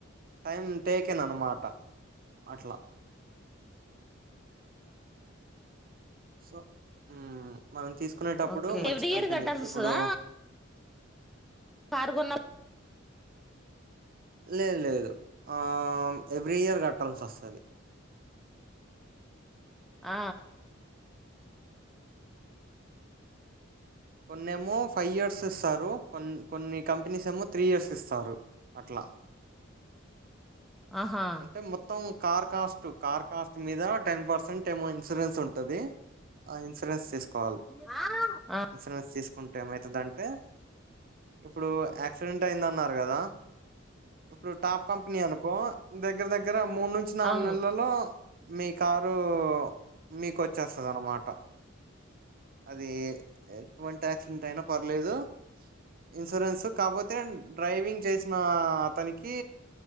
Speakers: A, on the right; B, in the centre.
A: టైం టేకేన్ అన్నమాట అట్లా సో హూ మనం తీసుకునేటప్పుడు
B: ఓకే.
A: మంచి
B: ఎవ్రీ
A: కంపెనీ
B: ఇయర్ కట్టాల్సొస్తదా?
A: ఇప్పుడు
B: కారు కొన్న
A: లే లేదు ఆ ఎవ్రీ ఇయర్ కట్టాల్సి వస్తాది
B: ఆ
A: కొన్నేమో ఫైవ్ ఇయర్స్ ఇస్తారు. కొ కొన్ని కంపెనీస్ ఏమో త్రీ ఇయర్స్ ఇస్తారు అట్లా
B: ఆహా!
A: అంటే మొత్తం. కార్ కాస్ట్, కార్ కాస్ట్ మీద టెన్ పర్సెంట్ ఏమో ఇన్సూరెన్స్ ఉంటు ఉంటది, ఆ ఇన్సూరెన్స్ తీసుకోవాలి
B: హ ఆ అ
A: ఇన్సూరెన్స్ తీసుకు టే ఏమయితదంటే ఇప్పుడు యాక్సి డెంట్ అయిందన్నారు కదా ఇప్పుడు టాప్ కంపెనీ అనుకో దగ్గర దగ్గర మూడు నుంచి నాలుగు
B: అవును.
A: నెలల్లో మీ కారు మీకు వచ్చేస్తది అన్నమాట అది ఎటువంటి యాక్సిడెంట్ అయినా పర్లేదు, ఇన్సూరెన్స్ కాపోతే డ్రైవింగ్ చేసిన అతనికి